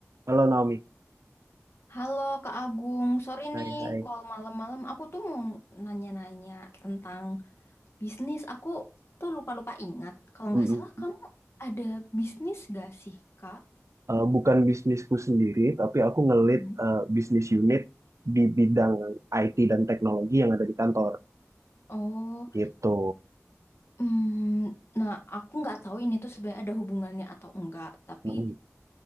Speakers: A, on the right; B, on the left.
A: Halo Naomi,
B: Halo Kak Agung, sorry
A: hai
B: nih
A: hai.
B: call malam-malam. Aku tuh mau nanya-nanya tentang bisnis. Aku tuh lupa-lupa ingat. Kalau nggak
A: Mm-mm.
B: salah kamu ada bisnis gak sih Kak?
A: Eh, bukan bisnisku sendiri, tapi aku ngelit
B: Hmm.
A: eh, bisnis unit di bidang IT dan teknologi yang ada di kantor,
B: Oh,
A: gitu.
B: hmm, nah aku nggak tahu ini tuh sebenarnya ada hubungannya atau enggak. Tapi
A: Mm-mm.